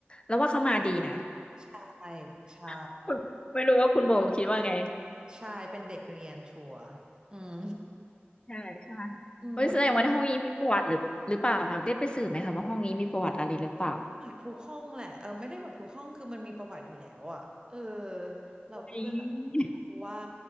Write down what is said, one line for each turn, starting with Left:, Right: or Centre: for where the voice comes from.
Left: เราว่าเขามาดีนะ
Right: ใช่ใช่
Left: <laughs> คุณไม่รู้ว่าคุณโบคิดว่าไง
Right: ใช่เป็นเด็กเรียนชัวร์อืม
Left: ใช่ใช่
Right: <laughs> อืมแล้ว
Left: เฮ้ยแสดงว่าห้องนี้มีประวัติหรือหรือเปล่าคะได้ไปสืบไหมคะว่าห้องนี้มีประวัติอะไรหรือเปล่า
Right: อ่ะทุกห้องแหละเออไม่ได้แบบทุกห้องคือมันมีประวัติอยู่แล้วอ่ะเออเราก็เลยแบบไม่รู้ว่า
Left: นี่